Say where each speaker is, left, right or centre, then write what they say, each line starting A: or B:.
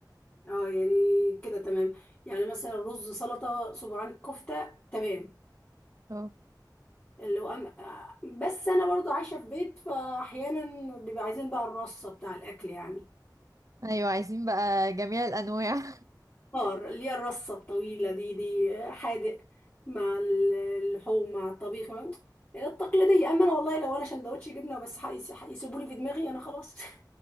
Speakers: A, on the left (about 30°); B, on the right (about 50°).
A: اه يعني كده تمام يعني مثلا رز سلطه صباعين كفته تمام
B: اه
A: اللي هو أم... بس انا برضو عايشه في بيت فاحيانا بيبقى عايزين بقى الرصه بتاع الاكل يعني
B: ايوه عايزين بقى جميع الانواع
A: فار اللي هي الرصة الطويلة دي دي حادق مع ال- اللحوم مع الطبيخ مع- التقليدية أما أنا والله لو أنا سندوتش جبنة بس يسيبوني في دماغي أنا خلاص <laughs>